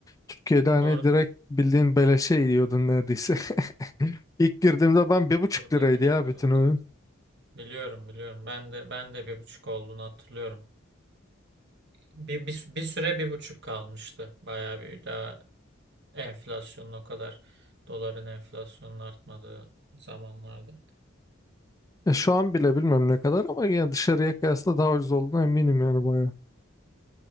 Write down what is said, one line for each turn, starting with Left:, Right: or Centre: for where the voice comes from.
Left: Türkiye'de hani
Right: Bur
Left: direkt bildiğin beleşe yiyordun neredeyse. <laughs> İlk girdiğimde ben bir buçuk
Right: buradaki
Left: liraydı ya
Right: evet
Left: bütün öğün.
Right: biliyorum biliyorum. Ben de ben de bir buçuk olduğunu hatırlıyorum. Bir, bir, bir süre bir buçuk kalmıştı. Bayağı bir daha enflasyonun o kadar doların enflasyonun artmadığı zamanlarda.
Left: Ya şu an bile bilmiyorum ne kadar ama yani dışarıya kıyasla daha ucuz olduğuna eminim yani bayağı.